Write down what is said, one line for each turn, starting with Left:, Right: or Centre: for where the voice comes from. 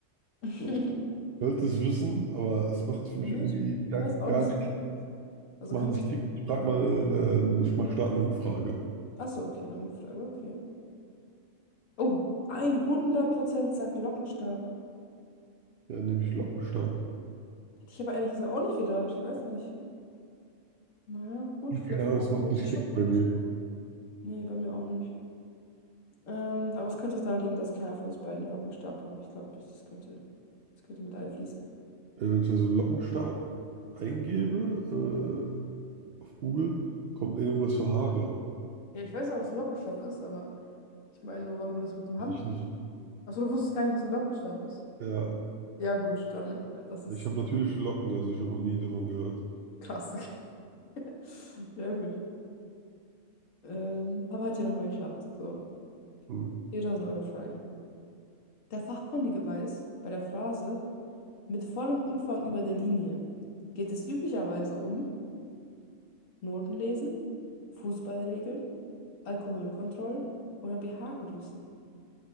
Left: <laughs>
Right: sollte es wissen, aber es macht für mich
Left: Ich
Right: irgendwie gar,
Left: weiß auch
Right: gar
Left: nicht
Right: nicht
Left: so
Right: Klick.
Left: direkt. Also
Right: Es macht
Left: kannst
Right: nicht
Left: du.
Right: Klick. Ich frag mal, äh, ich mach starte eine Umfrage.
Left: Achso, okay, eine Umfrage, okay. Oh, 100% sagt Lockenstab.
Right: Ja, nehme ich Lockenstab.
Left: Hätte ich aber ehrlich gesagt auch nicht gedacht. Ich weiß nicht. Naja, gut,
Right: Nee,
Left: vielleicht
Right: Keine Ahnung,
Left: kann
Right: es
Left: ich
Right: macht
Left: irgendwelche
Right: nicht
Left: Schutzhandschuhe.
Right: Klick bei mir.
Left: Nee, bei mir auch nicht. Ähm, aber es könnte auch daran liegen, dass keiner von uns beiden Lockenstab hat. Ich glaube, ich, das könnte, das könnte mit einfließen.
Right: Äh, wenn ich also Lockenstab eingebe, äh, auf Google, kommt irgendwas für Haare.
Left: Ja, ich weiß ja, was ein Lockenstab ist, aber ich meine, warum das mit dem Hand.
Right: Ich nicht.
Left: Achso, du wusstest gar nicht, was ein Lockenstab ist.
Right: Ja,
Left: Ja, gut, dann, äh, das
Right: ich
Left: ist
Right: habe natürliche Locken, also ich habe noch nie davon gehört.
Left: krass. <laughs> Ja, gut. Ähm, aber hat ja nochmal geklappt. So,
Right: Hm.
Left: 4000 Euro Frage. Der Fachkundige weiß, bei der Phrase mit vollem Umfang über der Linie geht es üblicherweise um Notenlesen, Fußballregeln, Alkoholkontrollen oder pH-Größen.